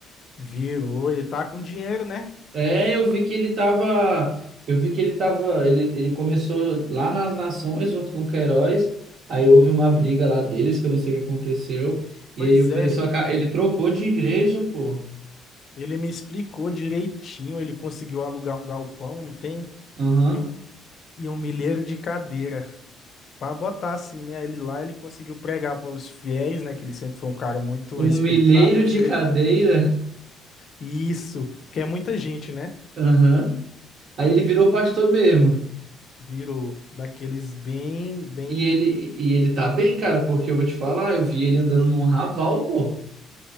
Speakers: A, on the left; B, on the right.
A: Virou, ele tá com dinheiro, né?
B: É, eu vi que ele tava. Eu vi que ele tava. Ele, ele começou lá nas Nações junto com o Queiroz. Aí houve uma briga lá deles, que eu não sei o que aconteceu. E
A: Pois
B: aí o Cleiton,
A: é, ele me,
B: aca- ele trocou de igreja, pô.
A: ele me explicou direitinho, ele conseguiu alugar um galpão, não tem?
B: Aham.
A: E um, e um milheiro de cadeira pra botar assim, né? Ele lá, ele conseguiu pregar para os fiéis, né? Que ele sempre foi um cara muito
B: Um
A: respeitado
B: milheiro
A: na
B: de
A: igreja.
B: cadeira.
A: Isso, porque é muita gente, né?
B: Aham. Aí ele virou pastor mesmo.
A: Virou daqueles bem, bem
B: E ele, e ele tá bem, cara, porque eu vou te falar, eu vi ele andando num raval, pô.